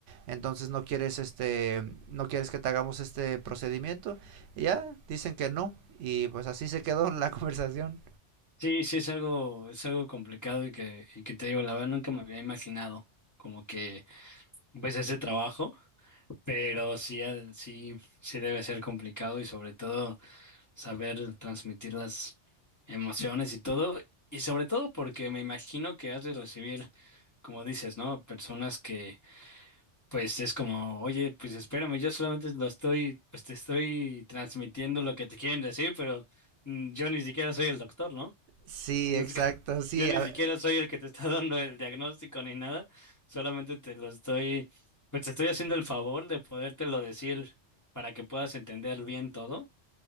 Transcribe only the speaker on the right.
entonces no quieres este no quieres que te hagamos este procedimiento y ya dicen que no y pues así se quedó la <laughs> conversación.
Sí,
exacto,
sí.
a-